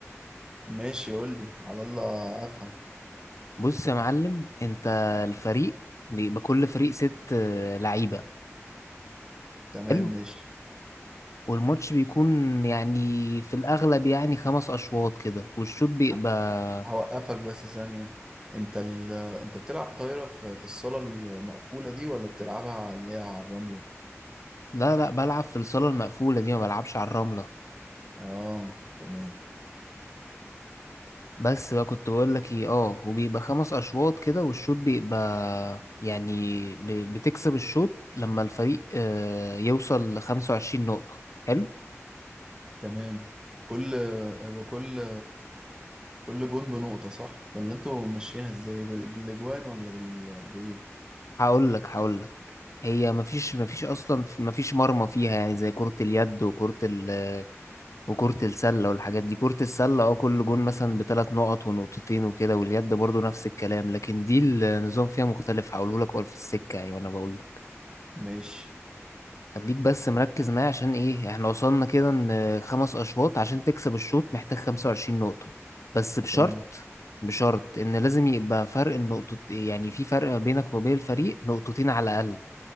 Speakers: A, on the right; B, on the left.
A: ماشي قول لي على الله افهم
B: بص يا معلم انت الفريق بيبقى كل فريق ست آه، لعيبة
A: تمام
B: حلو
A: ماشي
B: والماتش بيكون يعني في الاغلب يعني خمس اشواط كده والشوط بيبقى
A: ه- هوقفك بس ثانيه انت ال... انت بتلعب طايره في... في الصاله المقفوله دي ولا بتلعبها اللي هي على الرمله
B: لا لا بلعب في الصالة المقفولة دي ما بلعبش على الرملة
A: اه تمام
B: بس بقى كنت بقول لك ايه اه وبيبقى خمس اشواط كده والشوط بيبقى يعني ب- بتكسب الشوط لما الفريق آه، يوصل لخمسة وعشرين نقطة حلو
A: تمام كل هو كل كل جون بنقطة صح ولا انتوا ماشيينها ازاي بال- بالاجوان ولا بال... بايه
B: هقول لك هقول لك هي مفيش مفيش اصلا مفيش مرمى فيها يعني زي كرة اليد وكرة ال وكرة السلة والحاجات دي كرة السلة اه كل جون مثلا بثلاث نقط ونقطتين وكده واليد برضو نفس الكلام لكن دي النظام فيها مختلف هقوله لك ولا في السكة يعني وانا بقول
A: ماشي
B: خليك بس مركز معايا عشان ايه احنا وصلنا كده ان خمس اشواط عشان تكسب الشوط محتاج 25 نقطة بس بشرط
A: تمام
B: بشرط ان لازم يبقى فرق النقطة يعني في فرق بينك وبين الفريق نقطتين على الاقل